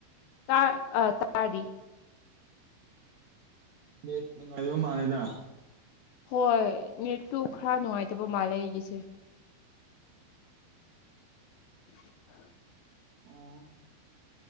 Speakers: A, on the left (about 80°); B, on the right (about 75°).
A: ꯇꯥ ꯑ ꯇꯥꯔꯤ꯫
B: ꯅꯦꯠ ꯅꯨꯡꯉꯥꯏꯕ ꯃꯥꯜꯂꯦꯗ꯫
A: ꯍꯣꯏ ꯅꯦꯠꯇꯨ ꯈꯔ ꯅꯨꯡꯉꯥꯏꯇꯕ ꯃꯥꯜꯂꯦ ꯑꯩꯒꯤꯁꯦ꯫ <inaudible>
B: ꯑꯣ꯫